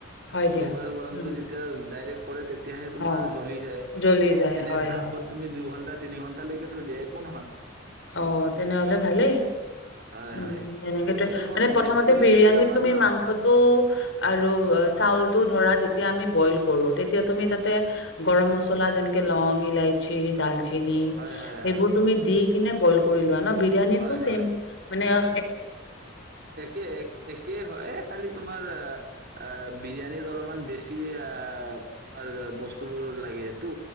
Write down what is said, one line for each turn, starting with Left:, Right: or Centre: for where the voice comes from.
Left: হয় দিয়া।
Right: চৌকাৰ গৰম।
Left: উম,
Right: যেতিয়া ডাইৰেক্ট। যেতিয়া পৰে তেতিয়াহে তোমাৰ
Left: অ'।
Right: জ্বলি যায়
Left: জ্বলি যায়,
Right: এনে
Left: হয়,
Right: ভাপত
Left: হয়।
Right: তুমি দুঘণ্টা। তিনিঘণ্টালৈকে থৈ দিয়া একো নহয়।
Left: অ' তেনেহ'লে ভালেই।
Right: হয়
Left: উম
Right: হয়
Left: সেনেকেটোয়ে
Right: এইটো মই
Left: মানে প্ৰথমতে
Right: তিনি
Left: বিৰিয়ানীত
Right: চাৰিবাৰ মান
Left: তুমি
Right: হয়
Left: মাংসটো আৰু চাউলটো। ধৰা যেতিয়া আমি বইল কৰোঁ তেতিয়া তুমি তাতে গৰমমছলা যেনেকে লং, ইলাচী, ডালচেনি। চেনি
Right: হয় হয়
Left: এইবোৰ তুমি দি। কিনে বইল কৰি লোৱা। বিৰিয়ানীটো
Right: হয়
Left: চেইম
Right: হয়
Left: মানে অ
Right: একে এক একে হয় খালি তোমাৰ আ আহ বিৰিয়ানীত অলপমান বেছি আহ তোমাৰ বস্তুবোৰ লাগেতো